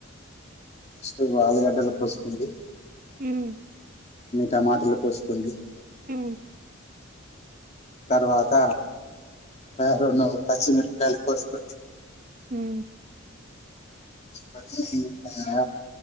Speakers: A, on the left; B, on the right.
A: ఫస్టు ఆలుగడ్డలు కోసుకుంది
B: హ్మ్
A: టమాటర్లు కోసుకోండి
B: హ్మ్
A: తర్వాత ర ను పచ్చిమిరపయలు కోసుకోండి
B: హ్మ్
A: కోస్కొని <unintelligible>